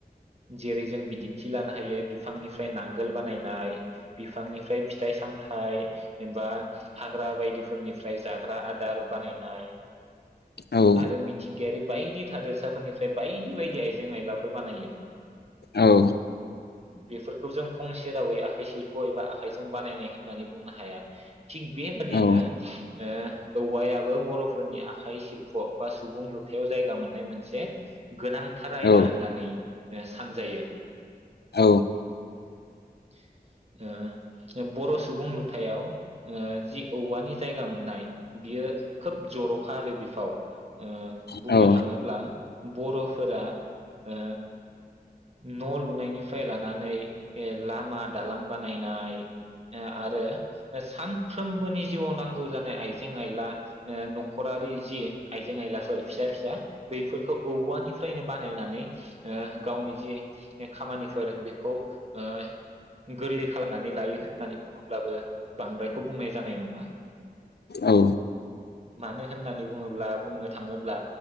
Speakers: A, on the right; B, on the left.
A: जेरै जों बिदि थि लानो हायो बिफांनिफ्राय नांगोल बानायनाय, बिफांनिफ्राय फिथाइ-सामथाइ एबा हाग्रा बायदिफोरनिफ्राय जाग्रा आदार बानायनाय।
B: औ
A: आरो मिथिंगायारि। बायदि थादेरसाफोरनिफ्राय बायदि बायदि आइजें- आइलाफोर बानायो।
B: औ
A: बेफोरखौ जों फंसे रावै आखाइ सिल्प' एबा आखाइजों बानायनाय होननानै बुंनो हाया। थिग बेबादिनो
B: औ
A: ओ औवायाबो बर'फोरनि आखाइ सिल्प' बा सुबुं लुथायाव जायगा मोननाय मोनसे गोनांथार आयदा
B: औ
A: होननानै ओ सानजायो। <inaudible>
B: औ
A: ओ बर' सुबुं लुथायाव ओ जि औवानि जायगा मोननाय बियो खोब जर'खा आरो बिफाव ओ बुंनो
B: औ
A: थाङोब्ला बर'फोरा ओ न' लुनाय निफ्राय लानानै ओ लामा दालां बानायनाय ओ आरो सानफ्रोमबोनि जिउआव नांगौ जानाय आइजें- आइला ओ न'खरारि जि आइजें-आइलाफोर फिसा फिसा बैफोरखौ औवानिफ्रायनो बानायनानै ओ गावनि जि खामानिफोर बेखौ ओ गोरलै खालामनानै लायो होननानै बुङोब्लाबो बांद्रायखौ बुंनाय जानाय नङा।
B: औ।
A: मानो होननानै बुङोब्ला बुंनो थाङोब्ला